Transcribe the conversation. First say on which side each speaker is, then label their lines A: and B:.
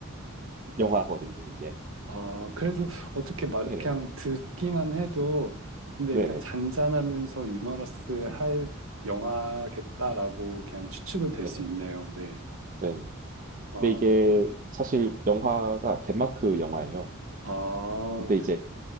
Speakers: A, on the right; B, on the right.
A: 영화거든요, 이게.
B: 아, 그래도 어떻게 말,
A: 네네.
B: 그냥 듣기만 해도, 근데
A: 네네.
B: 그러니까 잔잔하면서 유머러스
A: 음,
B: 할 영화겠다라고 그냥 추측은 될
A: 네네.
B: 수 있네요. 네.
A: 네.
B: 아,
A: 근데 이게 사실 영화가 덴마크 영화예요.
B: 아,
A: 근데 이제